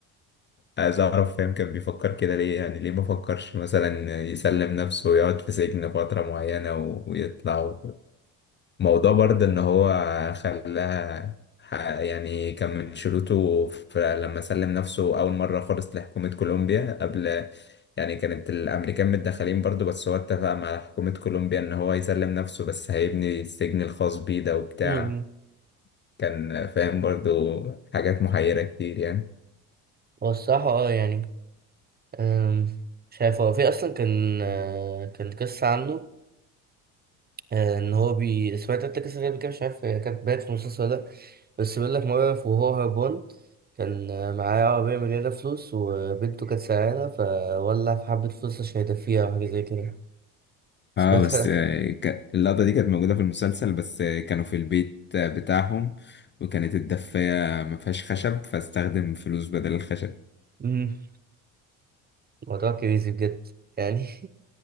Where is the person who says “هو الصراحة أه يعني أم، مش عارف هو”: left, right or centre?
Right